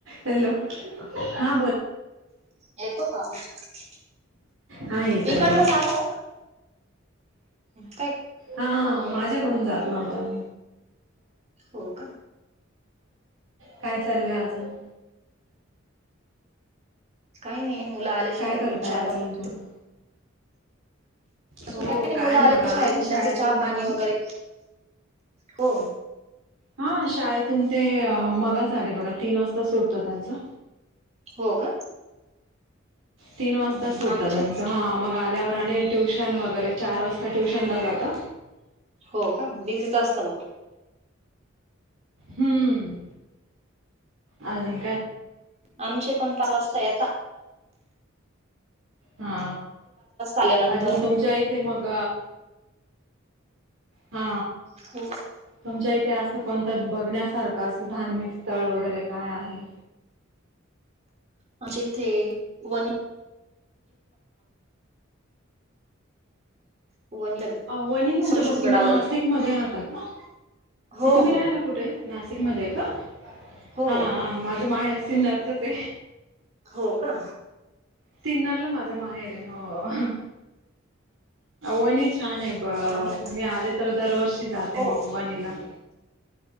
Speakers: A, on the right; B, on the right.
A: Hello हा
B: येतो का आवाज?
A: हां येतोय
B: इकडनं
A: बोला
B: झालं काय
A: हा माझ्याकडून जात नव्हतं
B: हो का.
A: काय चाललंय अजुन
B: काही नाही मुलं आले शाळेतुन
A: काय करताय
B: चहा
A: अजून
B: पाणी
A: बोला
B: अजुन
A: हो
B: काय नाही मुलं
A: बघा
B: शाळेतुन
A: आले शाळेतून
B: त्यांचं चहा पाणी
A: ते पण
B: वेगैरे हो
A: हा शाळेतून ते मगाच आले बघा. तीन वाजता सुटत त्यांचा
B: हो का
A: तीन
B: हम्म,
A: वाजता
B: हम्म.
A: सुटत
B: आमचे
A: त्यांच हा मग आल्यावर ट्युशन वेगैरे चार वाजता ट्युशन ला जाता
B: हो का बिझीच असतं
A: हम्म अजुन
B: आमचे पण पाच वाजता येता
A: हा
B: आल्यानंतर
A: अजुन तुमच्या इथे मग हा
B: हो
A: तुमच्या इथे असं असं कोणत बघण्यासारखं अस धार्मिक स्थळ वगैरे काय आहे
B: म्हणजे इथे वनी <inaudible> वनी
A: वणी म्हणजे
B: सरशंगडावर
A: मग तुम्ही नाशिक मध्ये राहता का?
B: हो
A: तुम्ही
B: हो
A: राहायला कुठे हे? नाशिक मध्ये आहे का
B: हो
A: हा माझं माहेर सीन्नरच आहे.
B: हो का?
A: सिन्नारला माझा माहेर आहे हो वणी छान आहे ब
B: आम्ही ना-
A: मी आले तर दरवर्षी जाते
B: हो
A: मग वणीला